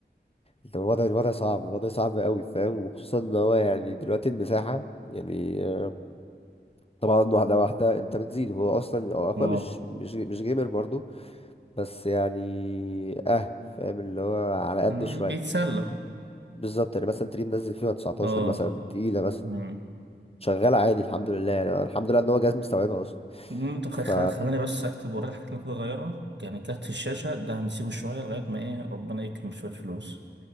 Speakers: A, on the left; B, on the right.
A: انت الوضع الوضع صعب الوضع صعب قوي فاهم وخصوصا ان هو يعني دلوقتي المساحه يعني آه، طبعا واحده واحده انت بتزيد هو اصلا هو اخويا
B: اه
A: مش مش مش جيمر برضه بس يعني اه فاهم اللي هو على قد
B: مم،
A: شويه
B: بيتسلى
A: بالظبط يعني مثلا تلاقيه منزل فيها 19
B: اه
A: مثلا تقيلة مثلا
B: مم.
A: شغالة عادي الحمد لله يعني أنا الحمد لله ان هو جهاز مستوعبها اصلا
B: المهم طب خل-
A: ف
B: خل- خلاني بس اكتب ورايا الحاجات اللي المفروض اغيرها يعني كارت الشاشة ده هنسيبه شوية لغاية ما ايه ربنا يكرم شوية فلوس